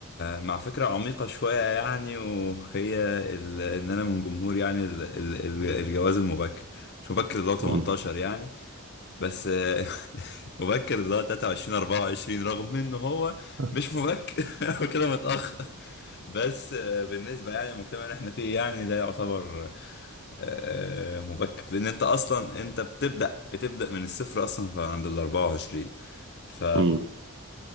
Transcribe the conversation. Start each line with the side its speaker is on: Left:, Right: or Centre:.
Left: مع فكرة عميقة شوية يعني وهي ال... إن أنا من جمهور يعني ال... ال... ال- الجواز المبكر مش مبكر اللي هو 18
Right: مم.
Left: يعني بس آه، <laughs> مبكر اللي هو 23 24 رغم انه هو
Right: <laughs>
Left: مش مبكر <laughs> هو كده متأخر بس آه، بالنسبة يعني للمجتمع اللي احنا فيه يعني ده يعتبر آه، مبكر لان انت اصلا انت بتبدأ بتبدأ من الصفر اصلا عند ال 24 ف
Right: مم.